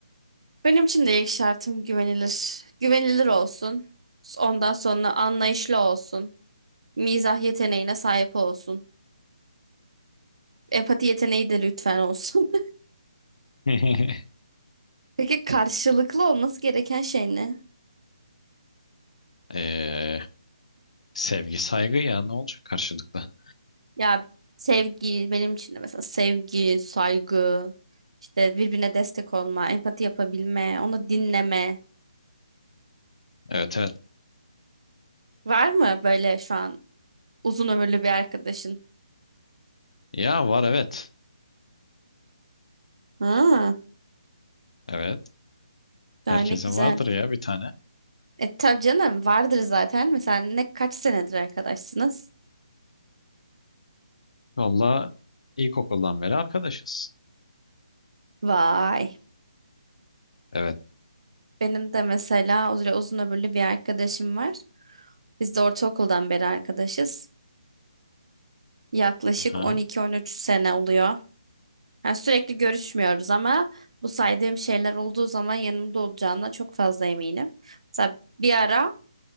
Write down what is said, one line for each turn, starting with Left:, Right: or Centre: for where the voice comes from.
Right: benim için de ilk şartım güvenilir. Güvenilir olsun. Ondan sonra anlayışlı olsun. Mizah yeteneğine sahip olsun. Empati yeteneği de lütfen olsun.
Left: <laughs>
Right: <laughs> Peki karşılıklı olması gereken şey ne?
Left: Ee, sevgi, saygı ya ne olacak karşılıklı?
Right: Ya sevgi benim için de mesela sevgi, saygı, işte birbirine destek olma, empati yapabilme, onu dinleme.
Left: Evet evet.
Right: Var mı böyle şu an uzun ömürlü bir arkadaşın?
Left: Ya var evet.
Right: Ha,
Left: Evet. Herkesin
Right: daha ne güzel.
Left: vardır ya bir tane.
Right: E tabii canım vardır zaten. Mesela ne kaç senedir arkadaşsınız?
Left: Valla ilkokuldan beri arkadaşız.
Right: Vay.
Left: Evet.
Right: Benim de mesela öyle uzun ömürlü bir arkadaşım var. Biz de ortaokuldan beri arkadaşız. Yaklaşık
Left: Aha.
Right: 12-13 sene oluyor. Yani sürekli görüşmüyoruz ama bu saydığım şeyler olduğu zaman yanımda olacağına çok fazla eminim. Mesela bir ara